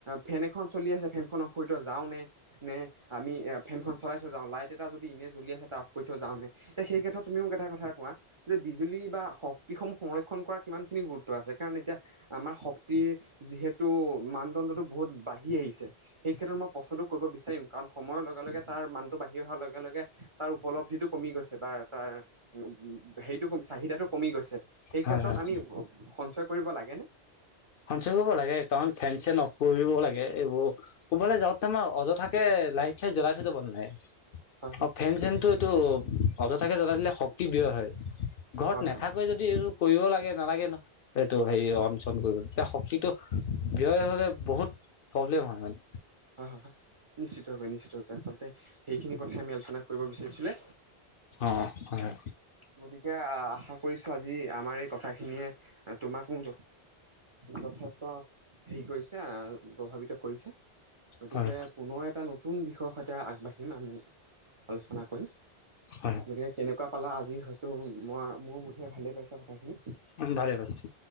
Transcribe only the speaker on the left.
হয়
সঞ্চয় কৰিব লাগে কাৰণ, ফেন, চেন অফ কৰিব লাগে। এইবোৰ কোনবালে যাওঁ তোমাৰ অযথাকে লাইট চাইট জ্বলাই থব নালাগে।
অ ফেন চেনটো এইটো অযথাকে জ্বলাই দিলে শক্তি ব্যয় হয় ঘৰত
নাথাকই
যদি ইটো কৰিব লাগে নালাগে ন। সেইটো হেৰি অন চন কৰিব তেতিয়া শক্তিটো ব্যয় হ'লে বহুত প্ৰব্লেম হয় মান
অ হয় হয়।
হয়
হয়
হয় ভালে পাইছোঁ